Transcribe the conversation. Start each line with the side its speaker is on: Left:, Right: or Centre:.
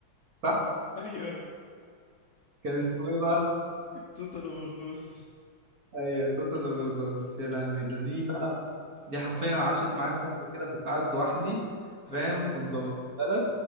Right: صح
Left: ايوه
Right: كان اسمه ايه بقى
Left: توتال اوفر دوس
Right: ايوه توتال اوفر دوس يا لهوي ده دي بقى دي حرفيا
Left: اه
Right: عاشت معايا فتره كده كنت قاعد لوحدي فاهم
Left: ايوه
Right: كنت ببقى في بلد